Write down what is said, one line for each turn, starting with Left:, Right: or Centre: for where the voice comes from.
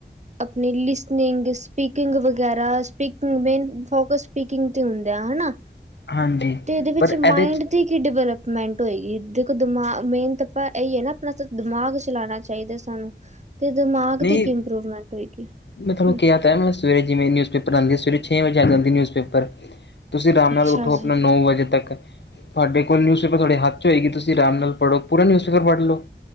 Right: ਆਪਣੀ ਲਿਸਨਿੰਗ ਸਪੀਕਿੰਗ ਵਗੈਰਾ ਸਪੀਕਿੰਗ ਮੇਨ ਫੋਕਸ ਸਪੀਕਿੰਗ ਤੇ ਹੁੰਦਾ ਆਾ।
Left: ਹਾਂਜੀ।
Right: ਤੇ ਇਹਦੇ ਵਿੱਚ
Left: ਪਰ ਇਹਦੇ
Right: ਮਾਇੰਡ
Left: 'ਚ
Right: ਤੇ ਕੀ ਡਿਵੈਲਪ ਮੈਂਟ ਹੋਏਗੀ ਦੇਖੋ ਦਿਮਾਗ ਮੇਨ ਤਾਂ ਆਪਾਂ ਇਹੀ ਹੈ ਨਾ ਆਪਣਾ ਦਿਮਾਗ ਚਲਾਉਣਾ ਚਾਹੀਦਾ ਸਾਨੂੰ-' ਤੇ ਦਿਮਾਗ
Left: ਨਹੀਂ
Right: ਦੀ ਕੀ ਇੰਪਰੂਵਮੈਂਟ ਹੋਏਗੀ
Left: ਮੈਂ ਤੁਹਾਨੂੰ
Right: ਹਮ
Left: ਕਿਹਾ ਤਾਂ ਹੈ ਮੈਂ ਸਵੇਰੇ ਜਿਵੇਂ ਨਿਊਜ਼ਪੇਪਰ ਆਦੀ ਹੈ ਸਵੇਰੇ ਛੇ ਵਜੇ ਆ ਜਾਦੀਐ ਨਿਉਜ ਪੇਪਰ, ਪੇਪਰ ਤੁਸੀਂ ਆਰਾਮ
Right: ਅੱਛਾ
Left: ਨਾਲ ਉੱਠੋ
Right: ਜੀ,
Left: ਆਪਣਾ ਨੌ ਵਜੇ ਤੱਕ ਤੁਹਾਡੇ ਕੋਲ ਨਿਊਜ਼ ਤੁਹਾਡੇ ਹੱਥ ਚ ਹੋਏਗੀ ਤੁਸੀਂ ਆਰਾਮ ਨਾਲ ਪੜੋ ਪੂਰਾ ਨਿਊਜ਼ਪੇਪਰ ਪੜ੍ਹ ਲਓ।